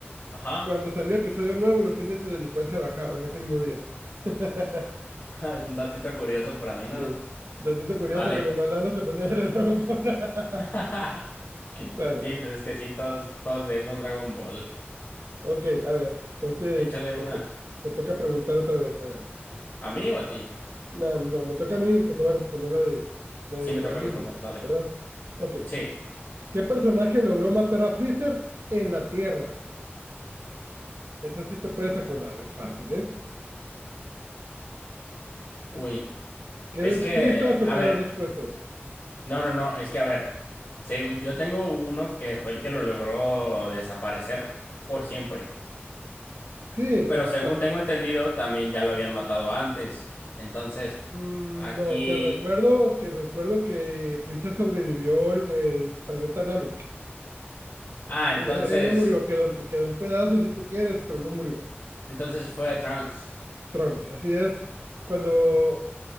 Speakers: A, on the left; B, on the right.
A: ajá,
B: cuando salió episodio nuevo, los índices de delincuencia bajaban ese mismo día. <laughs>
A: <laughs> un datito curioso por ahí, ¿no?
B: Sí. Datito curioso
A: Vale.
B: que los malandros se ponían a ver Dragon Ball. <laughs>
A: <laughs>
B: Bueno,
A: Sí, pues es que sí, todos, todos vemos Dragon Ball.
B: ok, a ver. Entonces,
A: Échale
B: me,
A: una.
B: to- me toca preguntar otra vez. A ver.
A: ¿A mí o a ti?
B: No, no, me toca a mí, te acabo de responder la de, la de
A: Sí, me
B: Majin
A: toca responder,
B: Buu,
A: dale.
B: ¿verdad? Ok.
A: Sí.
B: ¿Qué personaje logró matar a Freezer en la Tierra? Eso sí te puedes acordar, es fácil, ¿eh?
A: Uy,
B: ¿Quieres
A: es que,
B: pistas o
A: a
B: quieres
A: ver,
B: respuestas?
A: no, no, no, es que, a ver, segu- yo tengo uno que fue el que lo logró desaparecer por siempre,
B: Sí,
A: pero según
B: cua-
A: tengo entendido, también ya lo habían matado antes. Entonces,
B: mm,
A: aquí,
B: no, te recuerdo que recuerdo que Freezer sobrevivió el, el planeta Namek.
A: ah,
B: Él,
A: entonces,
B: él- él no murió, quedó, en pe- quedó en pedazos si tú quieres, pero no murió.
A: entonces fue Trunks
B: Trunks, así es. Cuando